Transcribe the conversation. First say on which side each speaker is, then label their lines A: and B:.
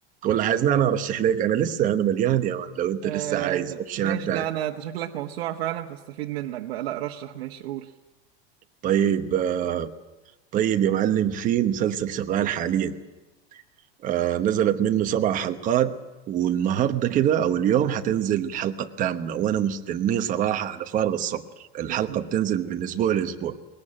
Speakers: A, on the right; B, on the right.
A: ولا عايزني انا ارشح لك انا لسه انا مليان يا مان لو انت
B: آه
A: لسه عايز اوبشنات
B: ماشي
A: تاني
B: لا انا انت شكلك موسوعه فعلا فاستفيد منك بقى لا رشح ماشي قول
A: طيب آه، طيب يا معلم في مسلسل شغال حاليا آه، نزلت منه سبع حلقات والنهارده كده او اليوم حتنزل الحلقه الثامنه وانا مستنيه صراحه على فارغ الصبر الحلقه
B: ده اسمه إيه؟
A: بتنزل من اسبوع لاسبوع